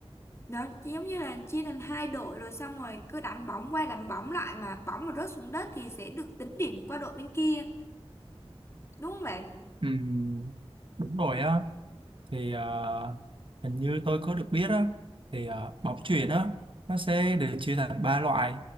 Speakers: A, on the left; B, on the right.
A: Nó giống như là chia thành hai đội rồi xong rồi cứ đánh bóng qua đánh bóng lại mà bóng mà rớt xuống đất thì sẽ được tính điểm qua đội bên kia, đúng không bạn?
B: Ừ, đúng rồi á thì ờ, hình như tôi có được biết á thì ờ, bóng chuyền á nó sẽ được chia thành ba loại